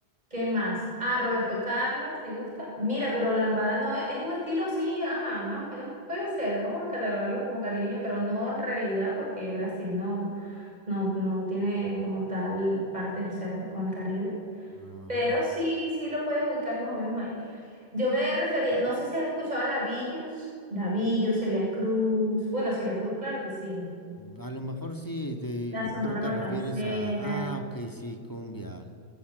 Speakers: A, on the right; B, on the left.
A: ¿qué más? Ah, Roberto Carlos, ¿te gusta? Mira, pero lambada no es, es un estilo, sí, ajá, más o menos puede ser, vamos a catalogarlo como caribeño, pero no en realidad porque Brasil no, no, no tiene como tal parte, o sea, con el Caribe.
B: Ajá.
A: Pero sí, sí lo puedes ubicar más o menos ahí. Yo me refería, no sé si has escuchado a Labillos, Labillos, Celia Cruz, bueno, Celia Cruz, claro que sí.
B: A lo mejor sí, de,
A: La
B: yo
A: Sonora
B: creo te
A: Matancera.
B: refieres a... Ah, ok, sí, cumbia.